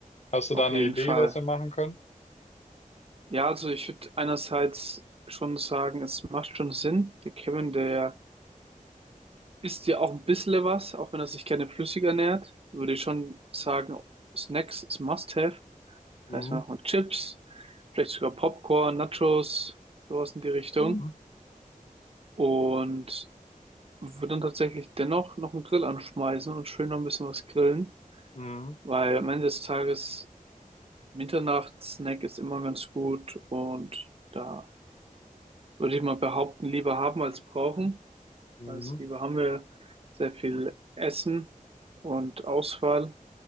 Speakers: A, on the left; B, on the right.
A: Hast du
B: auf
A: da eine
B: jeden
A: Idee,
B: Fall.
A: was wir machen können?
B: Ja, also ich würde einerseits schon sagen, es macht schon Sinn. Der Kevin, der isst ja auch ein bisschen was, auch wenn er sich gerne flüssig ernährt. Würde ich schon sagen, Snacks ist Must-have. Das
A: Mhm.
B: heißt, wir machen Chips, vielleicht sogar Popcorn, Nachos, sowas in die Richtung.
A: Mhm.
B: Und würde dann tatsächlich dennoch noch einen Grill anschmeißen und schön noch ein bisschen was grillen,
A: Mhm.
B: weil am Ende des Tages Mitternachtssnack ist immer ganz gut und da würde ich mal behaupten, lieber haben als brauchen.
A: Mhm.
B: Als Liebe haben wir sehr viel Essen und Auswahl,